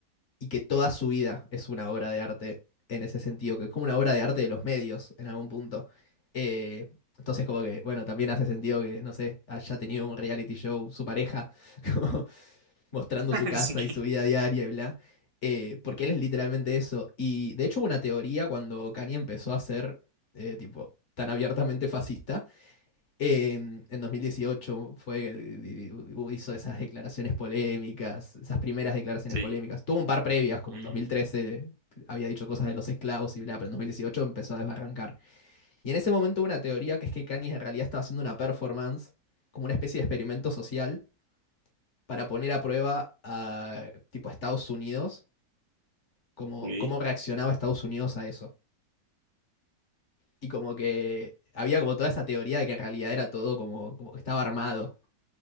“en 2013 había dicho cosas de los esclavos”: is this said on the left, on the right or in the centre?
Left